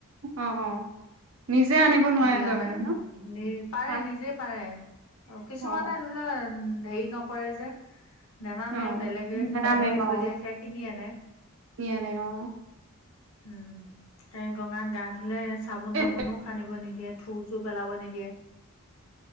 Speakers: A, on the right; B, on the left.
A: অ অ নিজে আনিব নোৱাৰেগৈ
B: গিলানে
A: মানে ন
B: নি -পাৰে
A: পানী।
B: নিজে পাৰে। অঁ, কিছুমানে
A: অ
B: ধৰিলোৱা সেই নকৰে যে। নেনামে,
A: অ
B: বেলেগে
A: নেনামে
B: তুলি থৈ
A: অ
B: দিয়ে সেই কিনি আনে।
A: নিয়া নাই অ
B: উম ক গঙাত গা ধুলে চাবোন তাবোনো
A: এ
B: সানিব নিদিয়ে থুৰ চুৰ পেলাব নিদিয়ে।